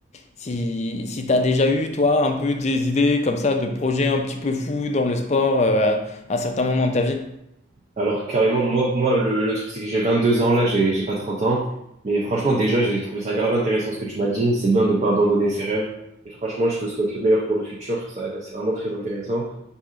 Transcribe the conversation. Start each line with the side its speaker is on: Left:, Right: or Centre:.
Left: si, si t'as déjà eu, toi, un peu des idées comme ça de projets un petit peu fous dans le sport euh, à, à certains moments de ta vie.
Right: Alors carrément, moi, moi le, le truc c'est que j'ai 22 ans là, j'ai j'ai pas 30 ans. Mais franchement déjà j'ai trouvé ça grave intéressant ce que tu m'as dit. C'est bien de pas abandonner ses rêves. Et franchement je te souhaite le meilleur pour le futur. Ça c'est vraiment très intéressant.